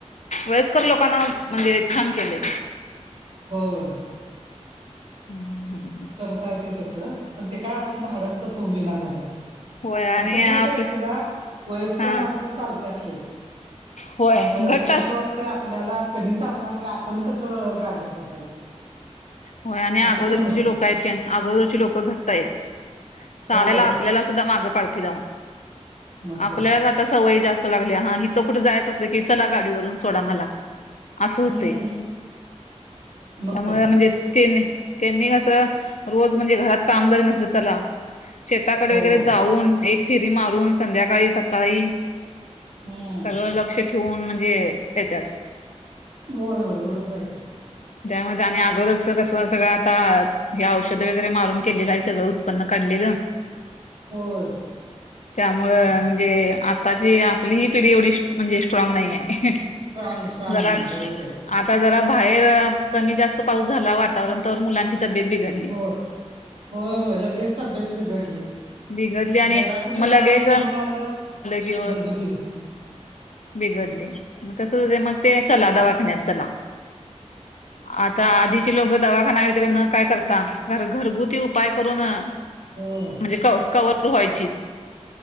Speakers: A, on the left (about 80°); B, on the right (about 55°).
A: वयस्कर लोकांना म्हंजे छान केलय.
B: होय.
A: <unintelligible>
B: करता येतय तसं, पण ते काय अजून धाडस तसं होईना झालय.
A: होय आणि
B: आण कसं
A: आप
B: होतंय? एक एकदा वयस्कर
A: हा
B: माणसं चालत्यात लई.
A: होय
B: मग
A: घट्ट
B: ते कसं वाटतय आपल्याला, तेनी चालणार आणि आपण कसं गाडीत बसायचं.
A: होय आणि अगोदरची
B: असं पण होते
A: जी लोक आहेत, अगोदरची लोक घट्ट हाईत. चालायला
B: होय
A: आपल्याला सुद्धा मागं पाडतील आओ,
B: मग
A: आपल्यालाच
B: काय
A: आता सवय जास्त लत लागलीया हा हीथ कुठ जायचं असले की, चला गाडीवरून सोडा मला आसं होतय.
B: हम्म मग
A: व्हय
B: काय
A: म्हणजे तेनी कस रोज म्हणजे, घरात कामजरी नसले तरी चला. शेताकडे
B: होय
A: वगैरे जाऊन, एक फिरी मारून संध्याकाळी, सकाळी
B: हम्म
A: सगळं लक्ष ठेवून म्हणजे ये येत्यात
B: होय होय बरोबर हाय की
A: त्यामध् ते आणि अगोदरच कस सगळं, आता हे औषध वगैरे मारून केलेलं आहे. सगळं उत्पन्न काढलेलं.
B: होय.
A: त्यामुळं अ म्हणजे अ आताची आपली ही पिढी एवढी म्हणजे स्ट्राँग नाही हाय.
B: स्ट्रांग स्ट्रांग
A: जरा
B: नाही बरोबर आहे की
A: आता जरा बाहेर कमी जास्त जास्त पाऊस झाला, वातावरण तवर मुलांची तब्येत बिघडली.
B: होय होय होय लगेच तब्येत बिघडली.
A: बिघडली आणि
B: जरा कुठ
A: मग
B: लांब
A: लगेच
B: फिरून आलं
A: की
B: बघी बिघ
A: बिघडली मग कस होतय? चला दवाखान्यात चला
B: हां <inaudible>
A: आता आधीची लोक दवाखाना वगैरे न काय करता, घर घरगुती उपाय करून अ
B: होय.
A: ती कव कव्हर पण व्हायची.